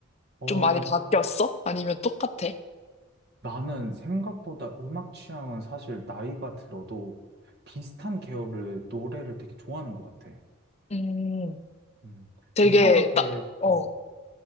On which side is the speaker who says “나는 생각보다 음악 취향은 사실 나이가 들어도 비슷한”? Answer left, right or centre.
Right